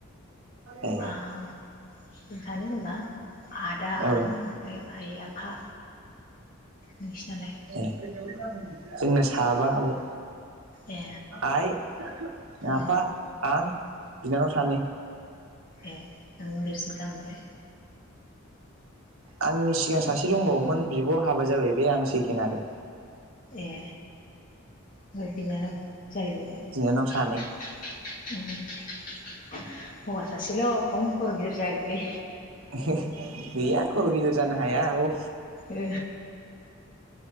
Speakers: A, on the right; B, on the left.
A: ए
B: आं जों सानो जेन'बा आदा
A: औ
B: आं ओमफ्राय आइ आफा। नोंसिनालाय।
A: ए जोंना साबा आब'।
B: ए
A: आइ। आफा
B: औ
A: आं बिनानाव सानै।
B: ए नों देरसिनखा ओमबालाय।
A: आंनि सिगां सासे दंबावोमोन बिब' हाबा जाबाय बे आं सेकेन्ड आरो।
B: ए। <unintelligible> <unintelligible>
A: बिनानाव सानै
B: हौवा सासेल' खम खर' गिदिर जागोन बे।
A: गैया खर' गिदिर जानो हाया। औ
B: ए